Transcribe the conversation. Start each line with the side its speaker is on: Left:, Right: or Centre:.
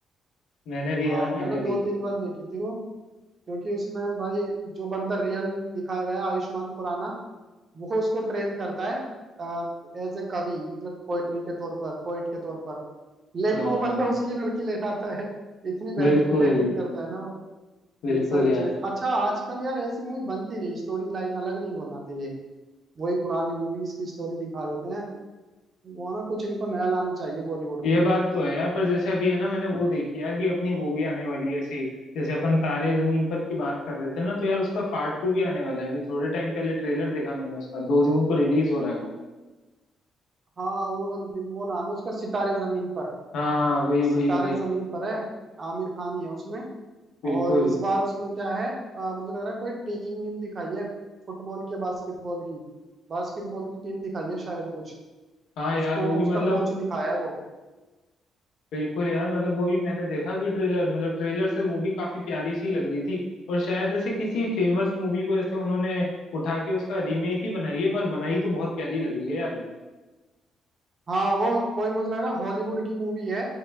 Left: मैंने भी
Right: हाँ
Left: यार मैंने
Right: मैंने
Left: भी
Right: दो तीन बार देखी थी वो क्योंकि उसमें भाई जो बंदा रियल दिखाया गया है, आयुष्मान खुराना वो उसको ट्रेन करता है एज ए कवि मतलब पोएट्री के तौर पर पोइट के तौर पर लेकिन
Left: हाँ
Right: वो बंदा उसकी लड़की ले जाता है इतनी बेहतरीन
Left: बिल्कुल
Right: एक्टिंग करता है ना वो
Left: बिल्कुल
Right: ये सारी
Left: यार
Right: चीज अच्छा आजकल यार ऐसी मूवी बनती नहीं स्टोरी लाइन अलग नहीं होना चाहिए वही पुरानी मूवीज की स्टोरी दिखा देते हैं वो ना कुछ इनको नया लाना चाहिए बॉलीवुड
Left: ये
Right: में
Left: बात तो है यार पर जैसे अभी है ना मैंने वो देखी यार कि अपनी वो भी आने वाली है ऐसी जैसे अपन तारे जमीन पर की बात कर रहे थे ना तो यार उसका पार्ट टू भी आने वाला है अभी थोड़े टाइम पहले ट्रेलर देखा मैंने उसका दो जून को रिलीज हो रहा है वो
Right: हाँ वो वो नाम है उसका सितारे जमीन पर
Left: हाँ वही
Right: सितारे
Left: वही वही
Right: जमीन पर है आमिर खान ही है उसमें
Left: बिल्कुल
Right: और इस बार उसमें क्या है अ, मुझे लग रहा है कोई टीम वीम दिखाई है फुटबॉल की या बास्केटबॉल की बास्केटबॉल की टीम दिखाई है शायद कुछ
Left: हाँ
Right: उसको
Left: यार वो भी
Right: उसका
Left: मतलब
Right: कोच दिखाया है वो
Left: बिल्कुल यार मतलब वो भी मैंने देखा भी ट्रेलर मतलब ट्रेलर से वो भी काफी प्यारी सी लग रही थी और शायद ऐसे किसी फेमस मूवी को ऐसे उन्होंने उठा के उसका रीमेक ही बनाई है पर बनाई तो बहुत प्यारी लग रही है यार वो।
Right: हाँ वो कोई मुझे लग रहा है हॉलीवुड की मूवी है